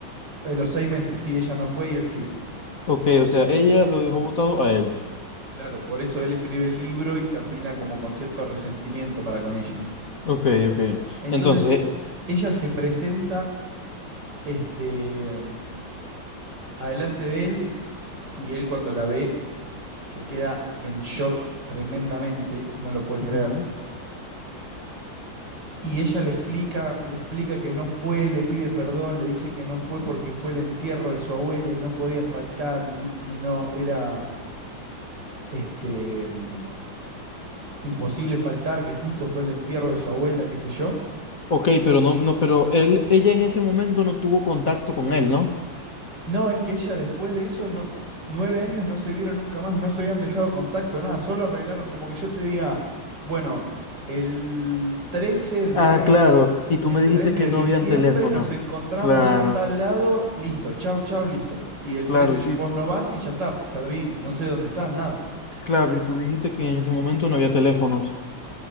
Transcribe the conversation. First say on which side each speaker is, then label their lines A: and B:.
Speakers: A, on the right (about 60°); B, on the left (about 45°).
A: De los seis meses, sí, ella no fue y él sí.
B: Ok, o sea, ella lo dejó votado a él.
A: Claro, por eso él escribe el libro y termina como con cierto resentimiento para con ella.
B: Ok, ok.
A: Entonces,
B: Entonces, eh,
A: ella se presenta este, adelante de él y él cuando la ve se queda en shock tremendamente, no lo puede
B: ujú.
A: creer. Y ella le explica, le explica que no fue, le pide perdón, le dice que no fue porque fue el entierro de su abuela y no podía faltar, ni- no era este mm, imposible faltar, que justo fue el entierro de su abuela, qué sé yo.
B: Ok, pero no, no, pero él, ella en ese momento no tuvo contacto con él, ¿no?
A: No, es que ella después de eso no, nueve años no se vieron nunca más, no se habían dejado contacto, nada, solo arreglaron como que yo te diga, bueno, el 13 de
B: Ah, claro. Y tú
A: ¿Entendés?
B: me dijiste
A: De
B: que no
A: diciembre
B: habían teléfono.
A: nos encontramos
B: Claro,
A: en tal lado, listo, chau, chau, listo. Y el
B: claro,
A: 13
B: y, y-
A: vos no vas y ya está, perdí, no sé dónde estás, nada.
B: claro, y tú dijiste que en ese momento no había teléfonos.